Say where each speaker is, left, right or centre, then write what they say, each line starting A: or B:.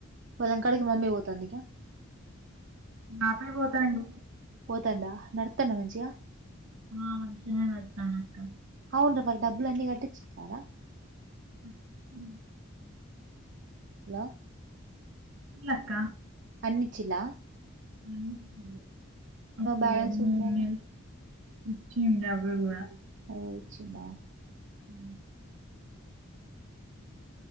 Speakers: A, on the right; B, on the right.
A: ఇలంకాడికి మమ్మీ పోతా అంది
B: నాపై పోతాండు
A: తంటడా నతన్న మంజ
B: ఆ మంచిగానే వస్తాను అక్క
A: అవును వర్ డబ్బులు అన్ని కట్టిచ్చితారా
B: <inaudible>
A: హలో
B: ట్లక్క
A: అన్నిచిలా
B: అన్నిచిల్లు అప్పుడేమో
A: బ్యాలెన్స్ ఉండేనే
B: మూన్నల్ ఇచ్చింది అవి కూడా
A: అదోచ్చిందా
B: ఊ